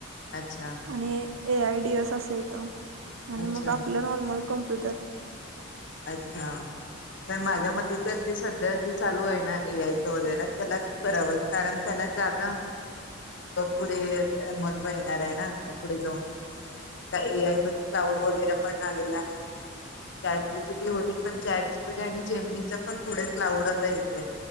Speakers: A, on the left; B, on the right.
A: अच्छा
B: आणि ए आय डी एस असच येतं आणि
A: अच्छा
B: मग आपलं नॉर्मल कम्प्युटर
A: अच्छा पण माझ्या मते तर जे सध्या जे चालू आहे ना ए आयच वगैरे त्यालाच करावंस कारण त्याला पुढे महत्व येणार आहे ना पुढे जाऊन आ ए आय मध्ये क्लाउड वगैरे पण आलेला आहे चार्ज होती पण जॅट जी प आणि जेमनीच पण थोडे क्लाउड आता येते